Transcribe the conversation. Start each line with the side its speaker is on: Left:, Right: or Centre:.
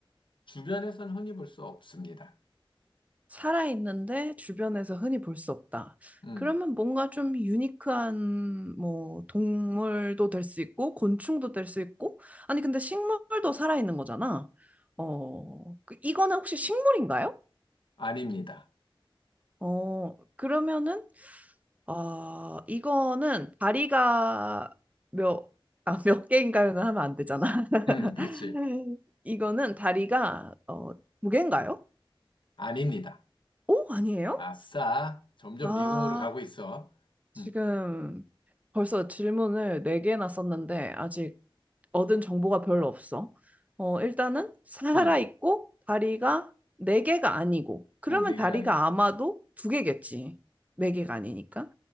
Left: 주변에서는 흔히 볼 수 없습니다.
Right: 살아있는데 주변에서 흔히 볼 수 없다.
Left: 음.
Right: 그러면 뭔가 좀 유니크한, 뭐, 동물도 될 수 있고, 곤충도 될 수 있고, 아니, 근데 식물도 살아있는 거잖아. 어, 그- 이거는 혹시 식물인가요?
Left: 아닙니다.
Right: 어, 그러면은, 아, 이거는 다리가 몇, 아, 몇 개인가요는 하면 안 되잖아. <laughs>
Left: 음, 그렇지.
Right: 이거는 다리가 어, 두 개인가요?
Left: 아닙니다.
Right: 오, 아니에요?
Left: 아싸. 점점
Right: 아,
Left: 미궁으로 가고 있어.
Right: 지금
Left: 음,
Right: 벌써 질문을 네 개나 썼는데 아직 얻은 정보가 별로 없어. 어, 일단은 살아있고
Left: 응.
Right: 다리가 네 개가 아니고 그러면
Left: 어, 네
Right: 다리가
Left: 개가 아니고.
Right: 아마도 두 개겠지. 네 개가 아니니까.